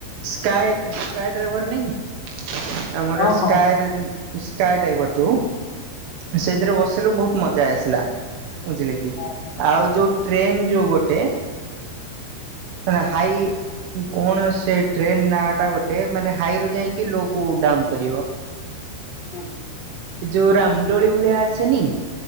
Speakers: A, on the right (about 85°); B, on the left (about 60°).
A: ସ୍କାଏ ସ୍କାଏ ଡ୍ରାଇଭର ନାହିଁ। ଆମର
B: ଓ
A: ସ୍କାଏ
B: ହୋ ହଁ
A: ସ୍କାଏ ଡାଇଭର ଯୋଉ ସେ ରେ ବସିଲୁ ବହୁତ୍ ମଜା ଆସିଲା ବୁଝିଲେ କି
B: ହଁ ହଁ
A: ଆଉ
B: ହଁ।
A: ଯୋଉ ଟ୍ରେନ ଯୋଉ ଗୋଟେ ହେଲା ହାଇ କଣ ସେ ଟ୍ରେନ୍ ନା ଟା ଗୋଟେ ମାନେ ହାଇ ରୁ ଯାଇକି ଲୋ କୁ ଡାଉନୁ କରିବ।
B: ହୁଁ ହୁଁ।
A: ଯୋଉ ରାମଡୋଳି ଭଳିଆ ଆସେନି